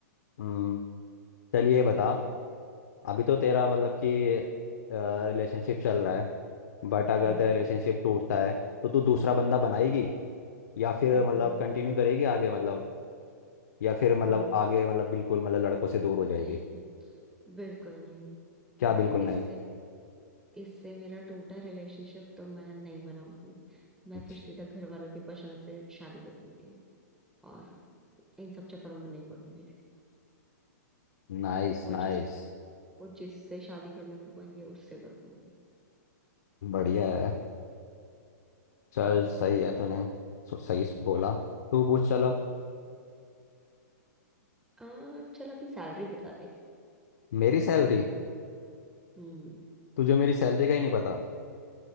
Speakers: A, on the left; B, in the centre.
A: हम्म चलिए ये बता अभी तो तेरा मतलब कि रिलेशनशिप चल रहा है बट अगर
B: हम्म,
A: तेरा रिलेशनशिप टूटता है तो तू दूसरा बंदा बनाएगी या फिर
B: हम्म,
A: मतलब कंटिन्यू करेगी आगे मतलब या फिर मतलब
B: हम्म,
A: आगे मतलब बिल्कुल मतलब लड़कों से दूर हो
B: नहीं
A: जाएगी
B: बिल्कुल नहीं
A: क्या
B: अगर
A: बिल्कुल
B: इससे
A: नहीं
B: इससे मेरा टूटा रिलेशनशिप तो मैं नहीं बनाऊंगी मैं
A: अच्छा,
B: फिर सीधा घर वालों की पसंद से शादी कर लूंगी और इन सब चक्करों में नहीं पड़ूंगी
A: Nice
B: वो
A: nice
B: जिस वो जिससे शादी करने को कहेंगे उससे कर लूंगी
A: बढ़िया है चल
B: हम्म,
A: सही है तूने सो- सही बोला तू पूछ चल अब
B: आ, चल अपनी सैलरी बता दे
A: मेरी सैलरी
B: हम्म
A: तुझे मेरी सैलरी का ही नहीं पता